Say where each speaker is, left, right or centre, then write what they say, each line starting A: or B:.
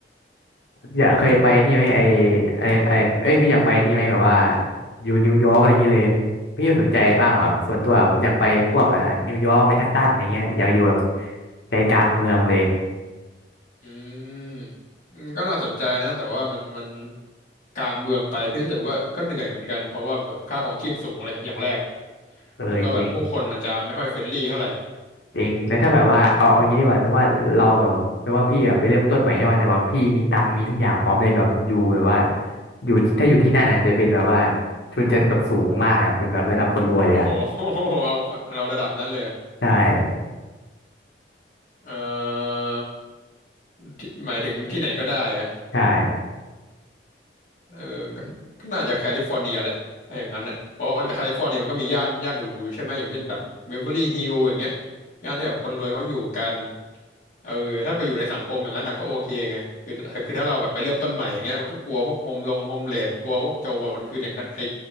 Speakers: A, on the left (about 65°); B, on the left (about 45°).
A: อยากเคยไปนี่ไหมไอไอไอเอ้ยพี่อยากไปนี่ไหมแบบว่าอยู่นิวยอร์กอะไรอย่างเงี้ยเลยพี่สนใจบ้างเหรอส่วนตัวผมอยากไปพวกอ่านิวยอร์กแมนฮัตตันอะไรเงี้ยอยากอยู่แบบใจกลางเมืองเลย
B: อืมอืมก็น่าสนใจนะแต่ว่ามันมันกลางเมืองไปพี่รู้สึกว่าก็เหนื่อยเหมือนกันเพราะว่าแบบค่าของชีพสูงเลยอย่างแรก
A: เออจริง
B: แล้วก็แบบผู้คนมันจะไม่ค่อยเฟรนลี่เท่าไหร่
A: จริงแล้วถ้าแบบว่าเอาเอางี้ดีกว่าสมมติว่าเราแบบสมมติว่าพี่แบบไปเริ่มต้นใหม่ใช่ไหมแต่ว่าพี่มีตังค์มีทุกอย่างพร้อมเลยแบบอยู่แบบว่าอยู่ถ้าอยู่ที่นั่นอ่ะจะเป็นแบบว่าชนชั้นแบบสูงมากอ่ะเป็นแบบระดับคนรวยเลยอ่ะ
B: โอ้โห <laughs> เอาเราระดับนั้นเลยอะ
A: ใช่
B: เอ่อที่หมายถึงที่ไหนก็ได้อะ
A: ใช่
B: เออก็ก็น่าจะแคลิฟอร์เนียแหละถ้าอย่างนั้นอ่ะเพราะว่าแคลิฟอร์เนียมันก็มีย่านย่านหรูๆอยู่ใช่ไหมอย่างเช่นแบบเบเวอร์ลี่ฮิลล์อย่างเงี้ยย่านที่แบบคนรวยเขาอยู่กัน เออถ้าไปอยู่ในสังคมอย่างนั้นนะก็โอเคไงคือคือถ้าเราแบบไปเริ่มต้นใหม่อย่างเงี้ยมันก็กลัวพวกโฮมลงโฮมเลสกลัวพวกโจรคืออย่างไอ